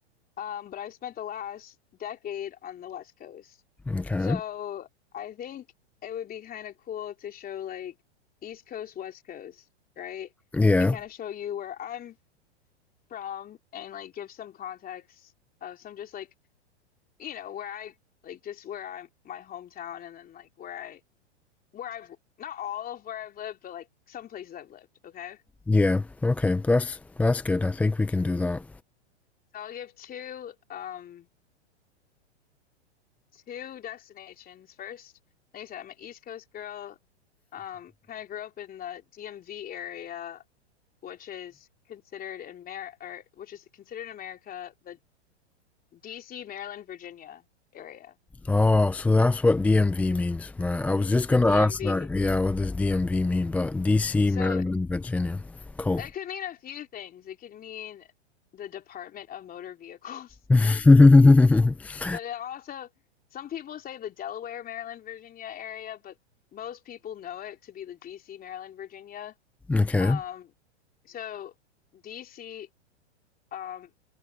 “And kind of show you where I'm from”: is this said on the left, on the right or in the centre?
Left